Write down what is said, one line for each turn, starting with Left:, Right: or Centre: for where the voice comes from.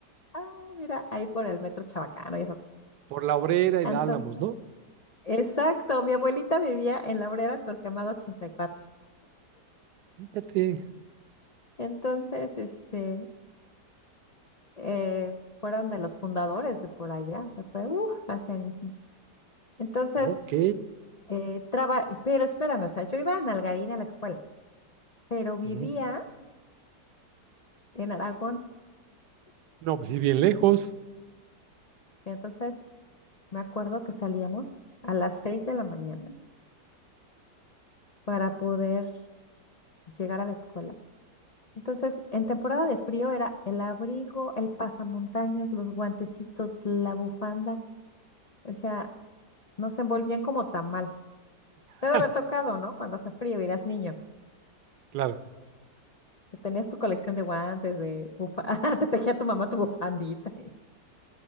Left: Ah, mira, ahí por el metro Chabacano y esos.
Right: Por la Obrera y
Left: Entonces,
Right: la Álamos, ¿no?
Left: exacto, mi abuelita vivía en la Obrera Torquemada 84.
Right: Fíjate.
Left: Entonces, este, eh, fueron de los fundadores de por allá, o sea, fue, uff, hace añísimos. Entonces,
Right: Ok.
Left: eh, traba- pero espérame, o sea, yo iba a Nalgarín a la escuela, pero vivía
Right: ujú.
Left: en Aragón,
Right: No, pues sí, bien lejos.
Left: entonces me acuerdo que salíamos a las 6 de la mañana para poder llegar a la escuela. Entonces, en temporada de frío era el abrigo, el pasamontañas, los guantecitos, la bufanda, o sea, nos envolvían como tamal.
Right: <laughs>
Left: Te ha de haber tocado, ¿no? Cuando hace frío y eras niño.
Right: Claro,
Left: Tenías tu colección de guantes, de bufanda, <laughs> te tejía tu mamá tu bufandita.